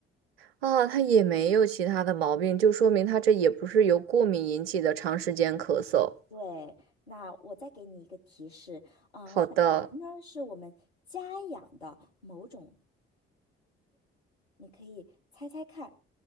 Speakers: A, on the right; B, on the left.
A: 啊，它也没有其他的毛病，就说明它这也不是由过敏引起的长时间咳嗽。
B: 对，那我再给你一个提示，啊，
A: 好的，
B: 小白呢是我们家养的某种，你可以猜猜看，